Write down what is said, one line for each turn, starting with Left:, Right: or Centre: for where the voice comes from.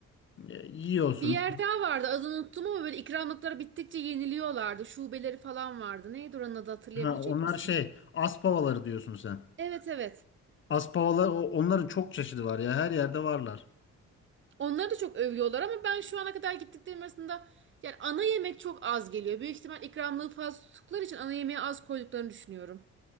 Left: E, Yiyorsun.
Right: Bir yer daha vardı adını unuttum ama böyle ikramlıkları bittikçe yeniliyorlardı. Şubeleri falan vardı. Neydi oranın adı hatırlayabilecek
Left: Ha, onlar
Right: misin?
Left: şey, aspavaları diyorsun sen.
Right: Evet evet.
Left: Aspavalar o- onların çok çeşidi var ya. Her yerde varlar.
Right: Onları da çok övüyorlar ama ben şu ana kadar gittiklerim arasında yani ana yemek çok az geliyor. Büyük ihtimal ikramlığı fazla tuttukları için ana yemeğe az koyduklarını düşünüyorum.